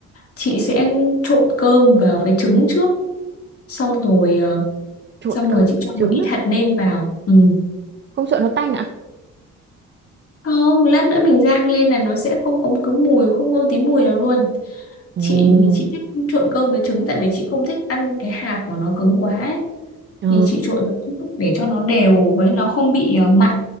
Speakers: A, on the left; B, on the right.
A: chị sẽ trộn cơm vào với trứng trước xong rồi ờ,
B: Trộn
A: xong rồi
B: cơm
A: chị
B: với
A: cho
B: trứng
A: một ít
B: á,
A: hạt nêm vào ừ.
B: không sợ nó tanh ạ?
A: không lát nữa mình rang lên là nó sẽ không có cái mùi không có tí mùi nào luôn
B: Ừ,
A: chị thì chị thích trộn cơm với trứng tại vì chị không thích ăn cái hạt của nó cứng quá ấy
B: ờ,
A: thì chị trộn vào chút để cho nó đều với nó không bị ờ, mặn